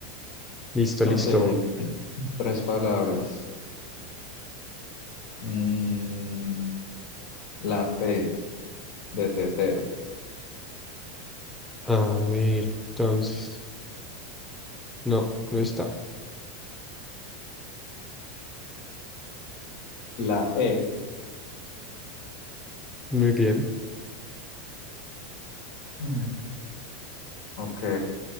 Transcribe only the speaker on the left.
Ok, tres palabras. Mm, la T de tetero.
La E.
<clears throat> Ok,